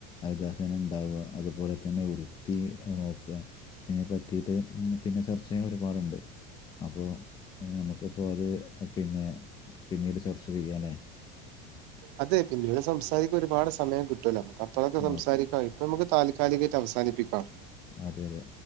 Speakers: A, on the left (about 20°); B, on the right (about 70°).
A: അ ദഹനം ഉണ്ടാവുക അതുപോലെ തന്നെ വ്യ ത്തി നോക്കുക ഇതിനെ പറ്റിയിട്ട് പിന്നെ ചർച്ച ചെയ്യാൻ ഒരുപാടുണ്ട് അപ്പോ നമുക്കിപ്പോൾ അത് പിന്നെ പിന്നീട് സെർച്ച് ചെയ്യാം ഞാൻ
B: അതെ പിന്നീട് സംസാരിക്ക ഒരുപാട് സമയം കിട്ടുലോ നമുക്ക് അപ്പോഴൊക്കെ
A: ഓ
B: സംസാരി ഇപ്പൊ നമുക്ക് താൽക്കാലികമായിട്ട് അവസാനിപ്പിക്കാം
A: അതെ അതെ